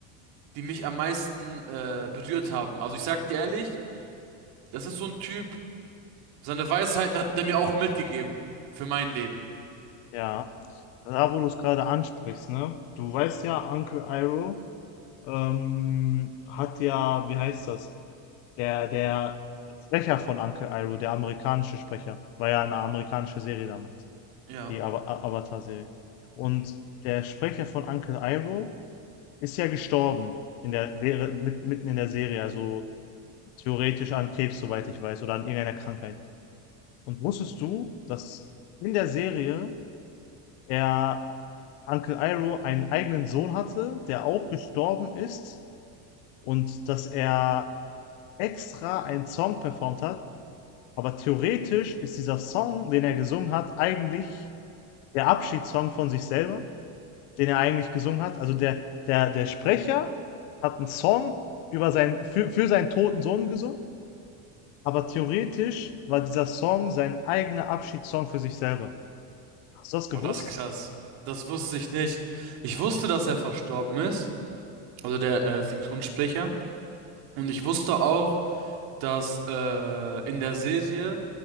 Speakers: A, on the right; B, on the left.
A: die mich am meisten äh, berührt haben. Also ich sag dir ehrlich, das ist so ein Typ, Seine Weisheiten hat er mir auch mitgegeben. Für mein Leben.
B: Ja, da wo du es gerade ansprichst, ne? Du weißt ja, Uncle Iroh ähm, hat ja, wie heißt das? Der, der Sprecher von Uncle Iroh, der amerikanische Sprecher, war ja eine amerikanische Serie damals,
A: Ja.
B: die Ava- A- Avatar-Serie. Und der Sprecher von Uncle Iroh ist ja gestorben in der, wäre- mit, mitten in der Serie, also theoretisch an Krebs, soweit ich weiß, oder an irgendeiner Krankheit. Und wusstest du, dass in der Serie er Uncle Iroh einen eigenen Sohn hatte, der auch gestorben ist und dass er extra einen Song performt hat. Aber theoretisch ist dieser Song, den er gesungen hat, eigentlich der Abschiedssong von sich selber, den er eigentlich gesungen hat. Also der, der, der Sprecher hat einen Song über seinen, für, für seinen toten Sohn gesungen, aber theoretisch war dieser Song sein eigener Abschiedssong für sich selber. Hast du das gewusst?
A: Oh, das ist krass. Das wusste ich nicht. Ich wusste, dass er verstorben ist, also der äh, Synchronsprecher. Und ich wusste auch, dass äh, in der Serie